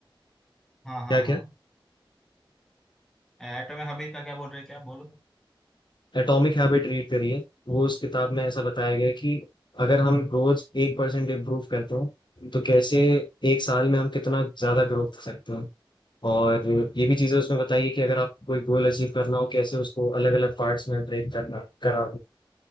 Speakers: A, in the centre; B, on the left (about 60°).
A: हाँ हाँ
B: क्या क्या
A: हाँ एटॉमिक हॉबिट का क्या बोल रहे हैं क्या बोलो
B: एटॉमिक हैबिट रीड करी है वो उस किताब में ऐसा बताया गया है कि अगर हम रोज एक परसेंट इम्प्रूव करते हो तो कैसे एक साल में हम कितना ज्यादा ग्रो कर सकते हो और ये भी चीजें उसमें बताई है कि अगर आपको कोई गोल अचीव करना हो कैसे उसको अलग अलग पार्ट्स में ब्रेक करना करा